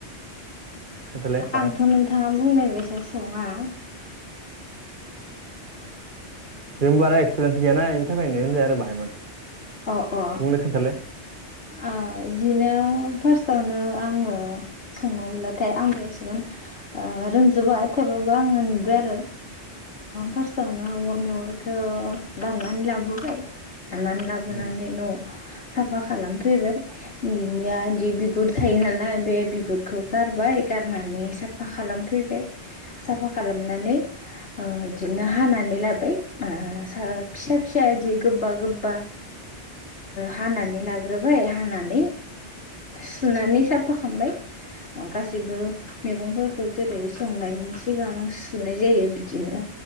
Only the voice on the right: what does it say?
खोन्थालाय बाहाय
जोंबो बारा एक्सपिरियेन्स गैयाना इनि थाखायनो आरो बाहायमोन
बुंलाय खोन्थालाय
उम